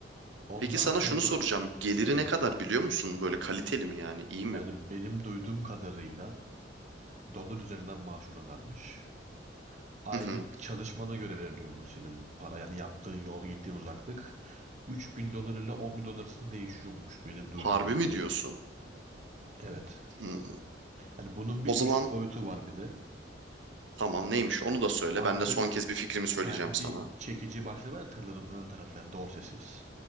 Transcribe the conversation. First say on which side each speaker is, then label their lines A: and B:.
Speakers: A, on the right; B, on the right.
A: Ondan
B: Peki sana
A: sonra
B: şunu soracağım. Geliri
A: Evet.
B: ne kadar biliyor musun? Böyle kaliteli mi yani? İyi mi?
A: Yani benim duyduğum kadarıyla dolar üzerinden maaş alıyorlarmış. Aylık
B: Hı hı.
A: çalışmana göre veriliyormuş senin para. Yani yaptığın yol, gittiğin uzaklık 3000 dolar ile 10 bin dolar arasında değişiyormuş benim duyduğuma
B: Harbi mi
A: göre.
B: diyorsun?
A: Evet.
B: Hı.
A: Yani bunun bir
B: O zaman
A: üst boyutu var bir de.
B: tamam neymiş onu da söyle.
A: Artık
B: Ben de son kez bir fikrimi söyleyeceğim
A: kendi
B: sana.
A: çekici başları var ya tırların ön tarafı yani dorsesiz.